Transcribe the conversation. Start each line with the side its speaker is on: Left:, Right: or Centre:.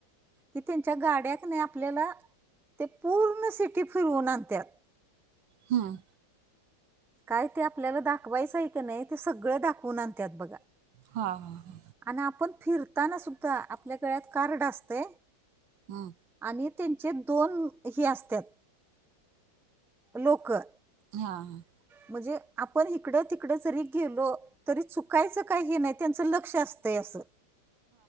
Centre: कि त्यांच्या गाड्या क नाही आपल्याला ते पूर्ण सिटी फिरवून आणत्यात.
Right: हम्म.
Centre: काय ते आपल्याला दाखवायचं आहे क नाही ते सगळं दाखवून आणत्यात बघा.
Right: हा हा हा
Centre: आणि आपण फिरताना सुद्धा आपल्या गळ्यात कार्ड असते
Right: हां.
Centre: आणि त्यांचे दोन हे असत्यात लोकं.
Right: हा हा.
Centre: म्हणजे आपण इकडं तिकडें जरी गेलो तरी चुकायचं काय हे नाही त्यांच लक्ष असतय असं